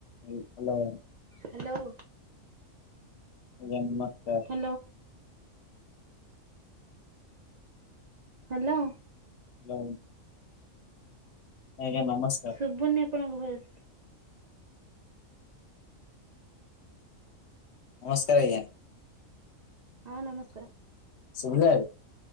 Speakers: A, on the left; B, on the right.
A: ହଉ hello
B: hello
A: ନମସ୍କାର୍ <unintelligible>
B: ହା ହାଲୋ
A: ଯାଉ ଆଜ୍ଞା ନମସ୍ <unintelligible>
B: ଶୁଭୁନି ଆପଣଙ୍କ ଭଏଶ୍।
A: ନମସ୍କାର୍ ଆଞା
B: ହଁ ନମସ୍କାର୍।
A: ଶୁଭିଲା?